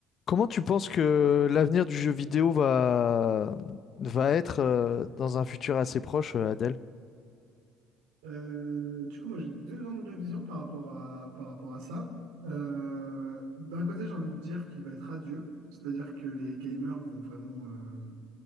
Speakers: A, on the left; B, on the right.
A: Comment tu penses que l'avenir du jeu vidéo va, va être euh, dans un futur assez proche, euh, Adèle?
B: Euh, du coup, moi, j'ai deux angles de vision par rapport à, par rapport à ça. Euh, d'un côté, j'ai envie de dire qu'il va être radieux, c'est-à-dire que les gamers vont vraiment, euh,